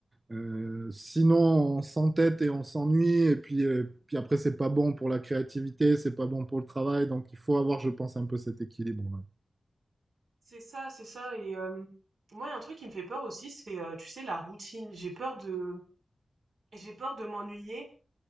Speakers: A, on the right; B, on the right.
A: euh, sinon on s'entête et on s'ennuie et puis, euh, puis après c'est pas bon pour la créativité, c'est pas bon pour le travail. Donc il faut avoir, je pense, un peu cet équilibre. Ouais,
B: C'est ça, c'est ça et hem, moi il y a un truc qui me fait peur aussi, c'est, heu, tu sais la routine. J'ai peur de j'ai peur de m'ennuyer